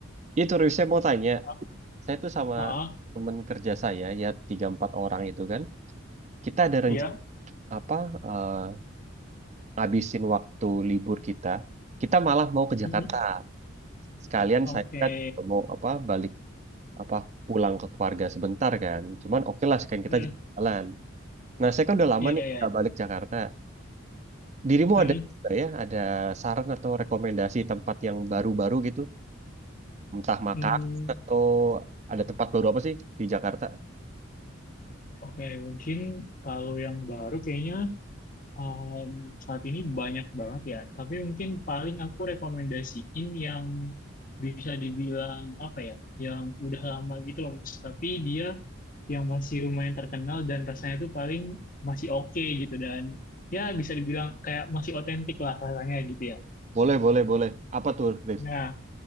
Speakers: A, on the right; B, on the left.
A: Itu Rif, saya mau tanya.
B: Ah,
A: Saya tuh sama
B: ah,
A: temen kerja saya ya tiga empat orang itu kan. Kita ada
B: iya.
A: rencana apa? eh, ngabisin waktu libur kita. Kita malah mau ke Jakarta.
B: Mm-mm.
A: Sekalian
B: Oke.
A: saya kan mau apa? Balik apa pulang ke keluarga sebentar kan. Cuman oke lah sekalian
B: Mm,
A: kita jalan. Nah, saya kan udah lama
B: Iya,
A: nih
B: iya,
A: nggak
B: iya.
A: balik Jakarta. Dirimu
B: Mm-mm.
A: ada nggak ya ada saran atau rekomendasi tempat yang baru-baru gitu, entah makan
B: Mm,
A: atau ada tempat baru apa sih di Jakarta?
B: Oke, mungkin kalau yang baru kayaknya Um, saat ini banyak banget ya, tapi mungkin paling aku rekomendasiin yang bisa dibilang apa ya, yang udah lama gitu loh, Mas. Tapi dia yang masih lumayan terkenal dan rasanya tuh paling masih oke gitu dan ya bisa dibilang kayak masih otentik lah rasanya gitu ya.
A: Boleh, boleh, boleh. Apa tuh, Rif?
B: Nah,